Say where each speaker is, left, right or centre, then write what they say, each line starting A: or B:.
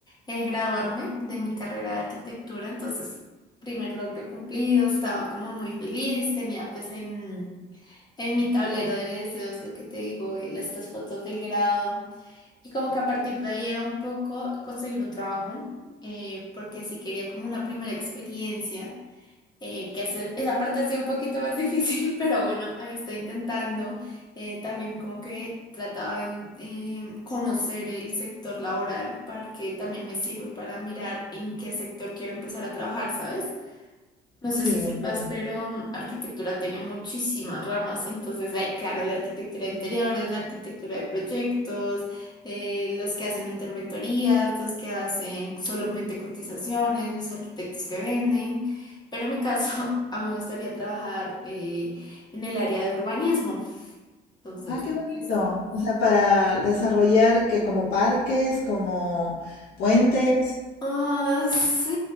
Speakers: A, on the left (about 25°); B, on the left (about 80°).
A: eh, graduarme de mi carrera de arquitectura. Entonces, primer logro cumplido, estaba como muy feliz, tenía pues en, en mi tablero de deseos lo que te digo, eh, estas fotos del grado. Y como que a partir de ahí era un poco conseguir un trabajo, eh, porque sí quería como una primera experiencia eh, que ese- esa parte ha sido un poquito más <laughs> difícil, pero bueno, ahí estoy intentando. Eh, también como que trataba de eh, conocer el sector laboral, para que también me sirve para mirar en qué sector quiero empezar a trabajar, ¿sabes? No
B: Sí,
A: sé si sepas,
B: entiendo.
A: pero mm, arquitectura tiene muchísimas ramas. Entonces, hay, claro, la arquitectura de interiores, la arquitectura de proyectos, eh, los que hacen interventorías, los que hacen solamente cotizaciones, los arquitectos que venden. Pero en mi caso, <laughs> a mí me gustaría trabajar eh, en el área de urbanismo. Entonces,
B: Ah, qué bonito.
A: esto
B: O sea, para desarrollar que como parques, como puentes.
A: Ah, sí,